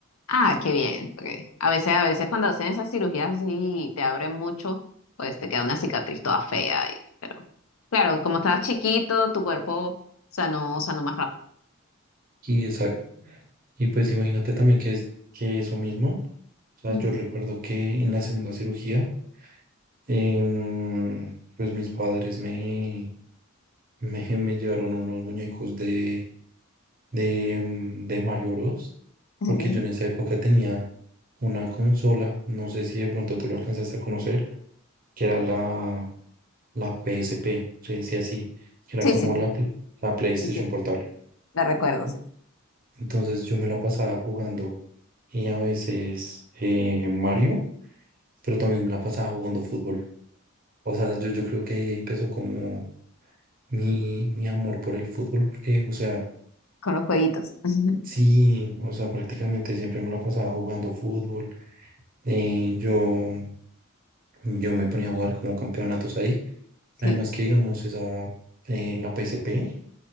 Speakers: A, on the left (about 75°); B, on the right (about 40°).
A: Ah, qué bien. porque A veces, a veces cuando hacen esas cirugías así y te abren mucho, pues te queda una cicatriz toda fea. y- pero claro, como estabas chiquito, tu cuerpo sanó, sanó más rápido.
B: Y exacto. Y pues imagínate también que es que eso mismo. O sea,
A: Ujú.
B: yo recuerdo que en la segunda cirugía, em, pues mis padres me, <laughs> me, me llevaron unos muñecos de, de, mm, de Mario Bros.
A: Ok.
B: Porque yo en esa época tenía una consola, no sé si de pronto tú lo alcanzaste a conocer, que era la, la PSP, se decía así, que era
A: Sí,
B: como
A: sí,
B: la, pl- la PlayStation
A: sí, sí.
B: portable.
A: La recuerdo,
B: Y
A: sí.
B: Entonces yo me la pasaba jugando y a veces eh, Mario, pero también me la pasaba jugando fútbol. O sea, yo, yo creo que ahí empezó como mi, mi amor por el fútbol, porque, o sea,
A: Con los jueguitos. <laughs>
B: sí, o sea, prácticamente siempre me la pasaba jugando fútbol, Eh, yo, yo me ponía a jugar como campeonatos ahí.
A: Sí,
B: Además que, digamos, esa, eh, la PSP,